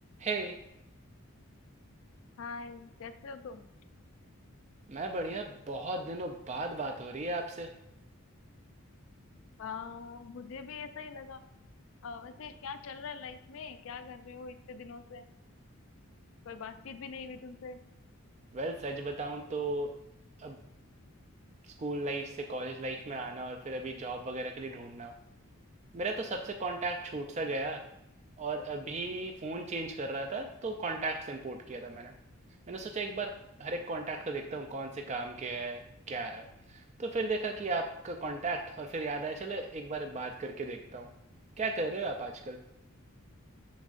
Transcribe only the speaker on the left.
हाय कैसे हो तुम
हाँ मुझे भी ऐसा ही लगा अ, वैसे क्या चल रहा है लाइफ में क्या कर रहे हो इतने दिनों से कोई बातचीत भी नहीं हुई तुमसे